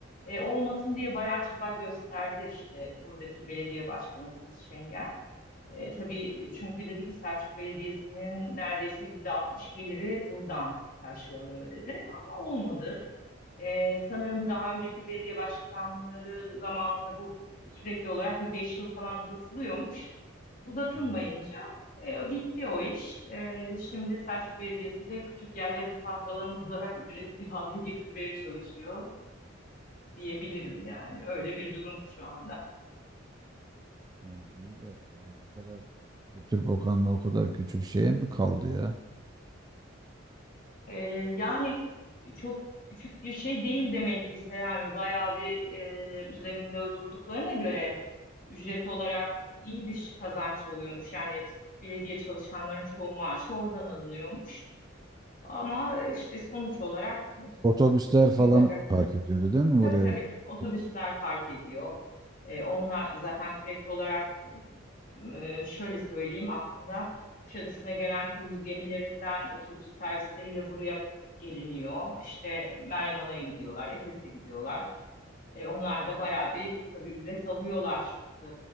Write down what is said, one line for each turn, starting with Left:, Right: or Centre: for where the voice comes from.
Left: E, olmasın diye bayağı çaba gösterdi işte buradaki belediye başkanı Filiz Şengel. E, tabii çünkü dedi ki Selçuk Belediyesi'nin neredeyse %60 geliri buradan karşılanıyor dedi ama olmadı. E, sanırım daha önceki belediye başkanları zamanında bu sürekli olarak bir 5 yıl falan uzatılıyormuş. Uzatılmayınca
Right: Yani,
Left: e, bitti o iş. E, şimdi Selçuk Belediyesi de küçük yerleri park alanı <laughs> olarak ücretli hale getirmeye çalışıyor diyebilirim yani. Öyle bir durum şu anda.
Right: yani iyi de yani o kadar Kültür Bakanlığı o kadar küçük şeye mi kaldı ya?
Left: E, yani çok küçük bir şey değil demek ki Selami. Bayağı bir e, üzerinde durduklarına göre ücret olarak iyi bir kazanç oluyormuş. Yani belediye çalışanların çoğu maaşı oradan alınıyormuş. Ama e, işte sonuç olarak
Right: Otobüsler
Left: yapacak
Right: falan
Left: şey
Right: park
Left: yok.
Right: ediyordu değil mi
Left: Tabii
Right: buraya?
Left: tabii. Otobüsler
Right: O
Left: park ediyor. Ee, onlar zaten sürekli olarak e, şöyle söyleyeyim aslında Kuşadası'na gelen kruz gemilerinden otobüs servisleriyle buraya geliniyor. İşte Meryem Ana'ya gidiyorlar, Efes'e gidiyorlar. E, onlar da bayağı bir tabii ücret alıyorlar e,